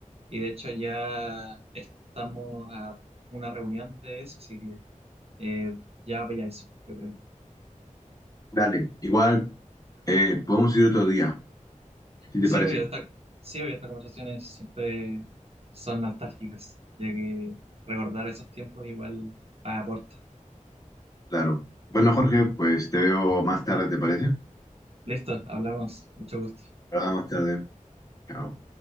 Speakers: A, on the right (about 50°); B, on the left (about 25°).
A: y de hecho ya estamos a una reunión de eso, así que eh, ya voy a eso, yo creo.
B: Dale, igual eh, podemos ir otro día, si
A: Sí,
B: te parece.
A: obvio, esta, sí, obvio, estas conversaciones siempre son nostálgicas, ya que recordar esos tiempos igual ah, aporta.
B: Claro. Bueno, Jorge, pues te veo más tarde, ¿te parece?
A: Listo, hablamos, mucho gusto.
B: Ahora más tarde. Chao.